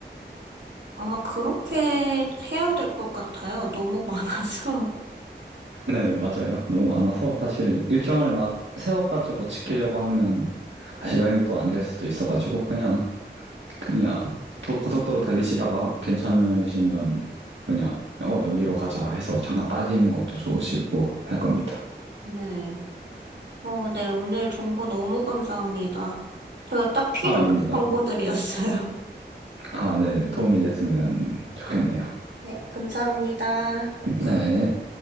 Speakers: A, on the right; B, on the right.
A: 아마 그렇게 해야 될 것 같아요. 너무 많아서.
B: 네네, 맞아요. 너무 많아서, 사실, 일정을 막 세워가지고 지키려고 하면, 사실
A: <laughs>
B: 여행이 또 안 될 수도 있어가지고, 그냥, 그냥 도- 고속도로 달리시다가 괜찮으시면 그냥 어 여기로 가자 해서 잠깐 빠지는 것도 좋으시고 할 겁니다.
A: 네. 어, 네. 오늘 정보 너무 감사합니다. 제가 딱 필요한
B: 아, 아닙니다.
A: 정보들이었어요.
B: 아, 네. 도움이 됐으면 좋겠네요.
A: <laughs> 네, 감사합니다.
B: 네.